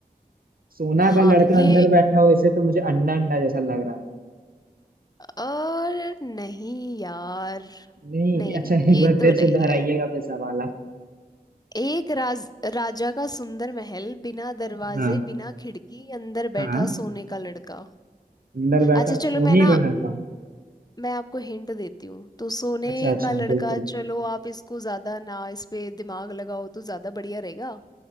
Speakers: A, on the right; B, on the left.
A: सोना
B: हाँ
A: का लड़का
B: ये
A: अंदर बैठा हो इसे तो मुझे अंडा अंडा जैसा लग रहा है
B: और नहीं यार
A: नहीं
B: नहीं
A: अच्छा एक
B: ये
A: बार
B: तो
A: फिर
B: नहीं
A: से दोहराइएगा
B: है
A: फिर सवाल आप।
B: एक राज राजा का सुंदर महल बिना दरवाजे
A: हाँ
B: बिना खिड़की अंदर
A: हाँ
B: बैठा सोने का लड़का
A: अंदर बैठा
B: अच्छा
A: सोने
B: चलो मैं ना
A: का लड़का
B: मैं आपको हिंट देती हूँ तो सोने
A: अच्छा अच्छा
B: का लड़का
A: बिल्कुल
B: चलो आप इसको ज्यादा ना इस पे दिमाग लगाओ तो ज्यादा बढ़िया रहेगा